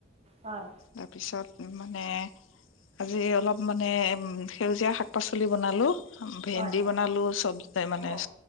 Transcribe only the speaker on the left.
তাৰপিছত মানে, আজি অলপ মানে সেউজীয়া শাক পাচলি বনালো। ভেন্দি
বনালো চব মানে